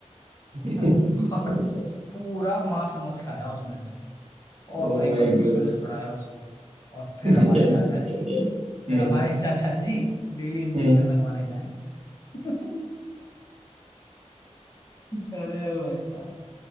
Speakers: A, on the right; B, on the left.
A: अच्छा
B: <laughs> और
A: <laughs>
B: पूरा मांस नोच खाया उसमें से
A: ओ
B: और भाई
A: माय
B: बड़ी मुश्किल
A: गॉड
B: से छुड़ाया उसको और फिर
A: अच्छा
B: हमारे
A: अच्छा
B: चाचा जी
A: अच्छा, <laughs>
B: फिर
A: हम्म
B: हमारे <laughs> चाचा जी डेली इंजेक्शन
A: हम्म
B: लगवाने जाए <laughs> अरे भाई साहब